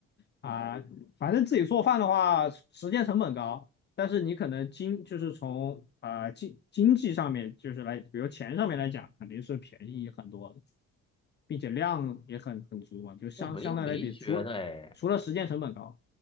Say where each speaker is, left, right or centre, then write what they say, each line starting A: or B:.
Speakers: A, on the left (about 35°); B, on the left (about 15°).
A: 啊、反正自己做饭的话，时间成本高，但是你可能经就是从啊、经经济上面就是来，比如钱上面来讲，肯定是便宜很多的并且量也很很足嘛，就相相对来比，
B: 我没有没觉得哎，
A: 除除了时间成本高，